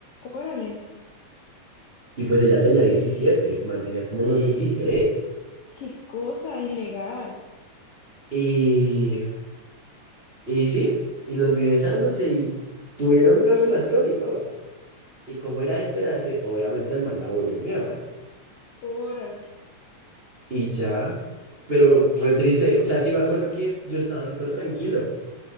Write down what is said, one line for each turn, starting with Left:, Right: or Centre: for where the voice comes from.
Left: Órale.
Right: Y pues ella tenía diecisiete el man tenía como
Left: ¡Eh!
Right: unos veintitrés
Left: Qué cosa ilegal.
Right: Y, y sí, y los vi besándose y tuvieron una relación y todo. Y como era de esperarse, obviamente el man la volvió mierda.
Left: Órale.
Right: y ya, pero re triste, o sea, sí me acuerdo que yo estaba súper tranquilo